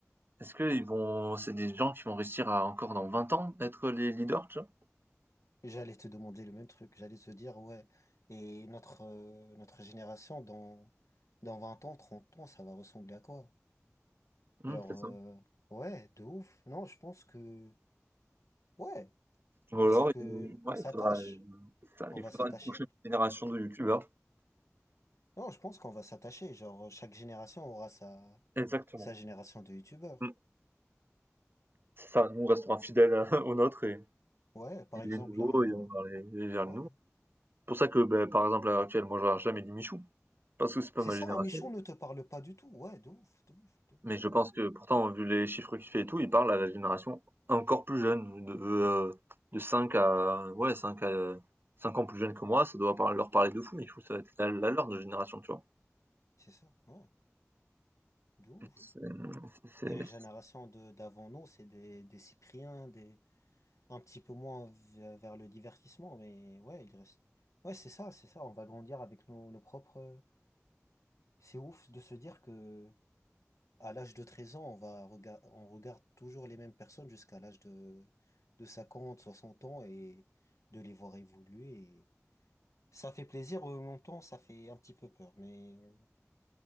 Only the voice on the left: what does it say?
J'allais te demander le même truc. J'allais te dire, ouais, et notre, euh, notre génération, dans, dans 20 ans, 30 ans, ça va ressembler à quoi?
Genre,
euh, ouais, de ouf. Non, je pense que, ouais,
parce que
on s'attache.
On
va
s'attacher.
Non, je pense qu'on va s'attacher. Genre, chaque génération aura sa,
Sa génération de youtubeurs.
Ouais, par
exemple,
un...
Ouais.
C'est
ça,
un Michon ne te parle pas du tout. Ouais, de ouf, de ouf, de ouf,
de
ouf.
C'est ça, ouais, de ouf.
Et les générations
de d'avant nous, c'est des, des Cypriens, des... un petit peu moins ve- vers le divertissement, mais ouais, il reste... Ouais, c'est ça, c'est ça, on va grandir avec nos, nos propres... C'est ouf de se dire que à l'âge de 13 ans, on va rega- on regarde toujours les mêmes personnes jusqu'à l'âge de... de 50 60 ans et de les voir évoluer. Ça fait plaisir, en même temps, ça fait un petit peu peur, mais euh,